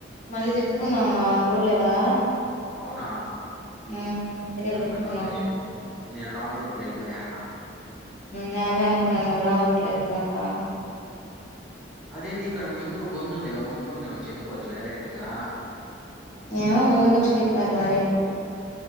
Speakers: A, on the left; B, in the centre.
A: మళ్ళీ తిప్పుకున్నాం కా చూడ్లేదా
B: అవునా
A: ందు తిరిగిటిప్పుకునం
B: ఏమ్మా నాకు తెలియదు నేను రాంగ్ రూట్ లో వెళ్ళిపోయాగా
A: నేదా అనుకునన్న రాంగ్ రూట్ లో ఎకుంటా
B: అదేంది ఇక్కడ ముందు గొందుందుగా ముందు గొందు నుంచి వెళ్ళిపోవచ్చు డైరెక్ట్గా
A: ఏ ముందుకుచ్చి దీప్పారు మారి